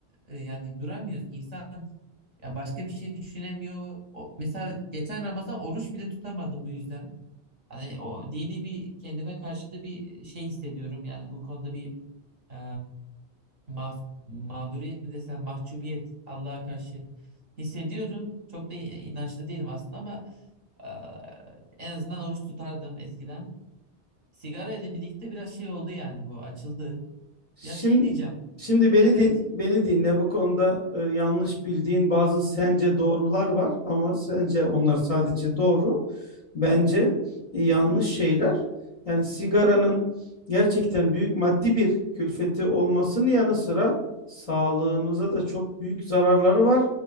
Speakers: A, on the right (about 45°); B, on the left (about 45°).
A: e, yani duramıyoruz. İnsan ya başka bir şey düşünemiyor. O, mesela geçen Ramazan oruç bile tutamadım bu yüzden. Hani o dini bir kendime karşı da bir şey hissediyorum. Yani bu konuda bir e, maf- mağduriyet mi desem mahcubiyet Allah'a karşı hissediyorum. Çok da inançlı değilim aslında ama e, en azından oruç tutardım eskiden. Sigara ile birlikte biraz şey oldu yani bu açıldı.
B: Şimdi
A: Ya şey diyeceğim.
B: şimdi beni
A: Evet
B: din, beni dinle bu konuda e, yanlış bildiğin bazı sence doğrular var ama sence onlar sadece doğru. Bence yanlış şeyler. Yani sigaranın gerçekten büyük maddi bir külfeti olmasının yanı sıra sağlığımıza da çok büyük zararları var.